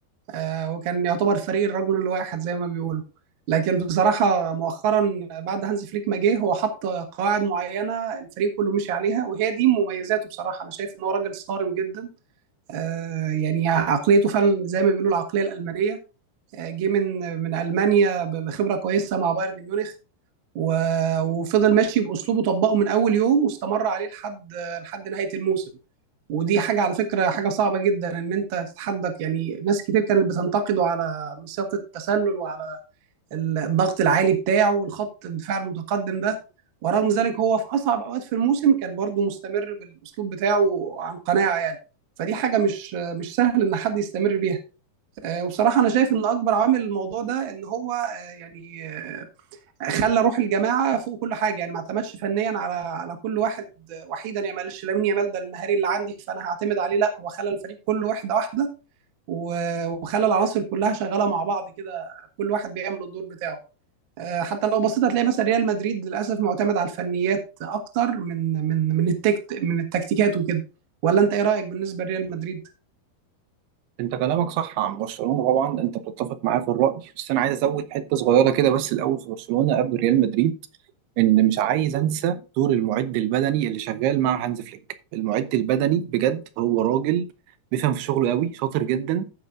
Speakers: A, on the right; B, on the right.
A: آه، وكان يعتبر فريق الرجل الواحد زي ما بيقولوا لكن بصراحة مؤخرا بعد هانز فليك ما جه هو حط قواعد معينة الفريق كله مشي عليها وهي دي مميزاته بصراحة انا شايف ان هو راجل صارم جدا آه، يعني عقليته فعلا زي ما بيقولوا العقلية الألمانية آه، جه من من ألمانيا ب- بخبرة كويسة مع بايرن ميونخ و... وفضل ماشي باسلوبه طبقه من اول يوم واستمر عليه لحد لحد نهايه الموسم ودي حاجه على فكره حاجه صعبه جدا ان انت تتحدك يعني ناس كتير كانت بتنتقده على مسيره التسلل وعلى الضغط العالي بتاعه والخط الدفاع المتقدم ده ورغم ذلك هو في اصعب اوقات في الموسم كان برضه مستمر بالاسلوب بتاعه عن قناعه يعني فدي حاجه مش مش سهل ان حد يستمر بيها آه، وبصراحه انا شايف ان اكبر عامل الموضوع ده ان هو آه، يعني آه، خلى روح الجماعه فوق كل حاجه يعني ما اعتمدش فنيا على على كل واحد وحيدا يعني ما قالش لامين يامال ده المهاري اللي عندي فانا هعتمد عليه لا هو خلى الفريق كله واحده واحده و- وخلى العناصر كلها شغاله مع بعض كده كل واحد بيعمل الدور بتاعه آه، حتى لو بصيت هتلاقي مثلا ريال مدريد للاسف معتمد على الفنيات اكتر من من من التكت من التكتيكات وكده ولا انت ايه رايك بالنسبه لريال مدريد
B: انت كلامك صح عن برشلونه طبعا انت بتتفق معاه في الراي بس انا عايز ازود حته صغيره كده بس الاول في برشلونه قبل ريال مدريد ان مش عايز انسى دور المعد البدني اللي شغال مع هانز فليك المعد البدني بجد هو راجل بيفهم في شغله قوي شاطر جدا